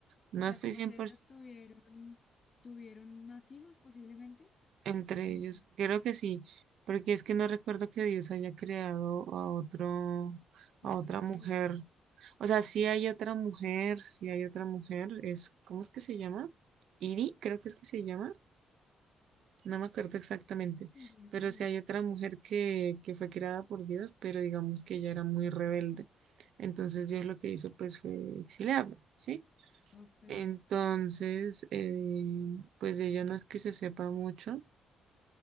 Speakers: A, on the right; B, on the left.
A: No
B: O sea,
A: estoy
B: como
A: 100%.
B: que ellos tuvieron, tuvieron más hijos posiblemente
A: entre
B: mm,
A: ellos. Creo que sí, porque es que no recuerdo que Dios haya creado a otro, a
B: a otros
A: otra mujer.
B: seres.
A: O sea, sí
B: ¿no?
A: hay otra mujer, sí hay otra mujer, es, ¿cómo es que se llama? Iri, creo que es que se llama, no me acuerdo exactamente,
B: Uy, no,
A: pero sí hay otra mujer que, que fue creada por Dios, pero digamos que ella era muy rebelde. Entonces Dios lo que hizo pues fue exiliarla, ¿sí?
B: ok.
A: Entonces, eh, pues de ella no es que se sepa mucho,